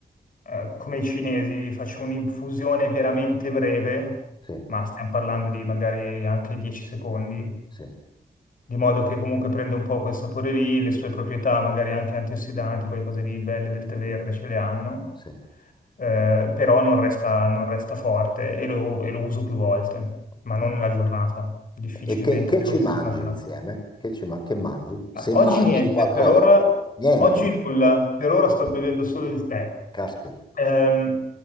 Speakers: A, on the left; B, on the left.
A: eh, come i cinesi, faccio un'infusione veramente breve,
B: Sì,
A: ma stiamo parlando di magari anche 10 secondi,
B: sì,
A: di modo che comunque prende un po' quel sapore lì, le sue proprietà, magari anche antiossidanti, quelle cose lì belle del tè verde ce le hanno,
B: sì.
A: eh, però non resta, non resta forte e lo, e lo uso più volte,
B: ok.
A: ma non nella giornata, difficilmente
B: E che, che
A: bevo
B: ci
A: più
B: mangi
A: di una tazza.
B: insieme? Che, ci ma- che mangi? Se
A: Ma Oggi
B: mangi
A: niente,
B: qualcosa?
A: per ora,
B: Niente?
A: oggi nulla, per ora sto bevendo solo il tè.
B: Caspita.
A: Ehm,